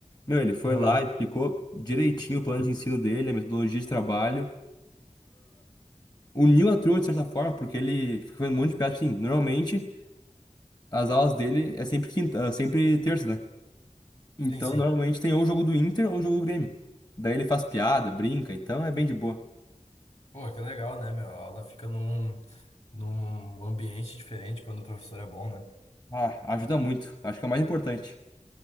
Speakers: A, on the left; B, on the left.
A: Meu, ele foi
B: Aham.
A: lá, explicou direitinho o plano de ensino dele, a metodologia de trabalho. Uniu a turma de certa forma, porque ele ficou fazendo um monte de piada, tipo assim. Normalmente, as aulas dele é sempre quinta, é sempre terça, né? Então,
B: Sim, sim.
A: normalmente tem ou o jogo do Inter ou o jogo do Grêmio. Daí ele faz piada, brinca, então é bem de boa.
B: Pô, que legal, né, meu? A aula fica num, num ambiente diferente quando o professor é bom, né?
A: Ah, ajuda muito. Acho que é o mais importante.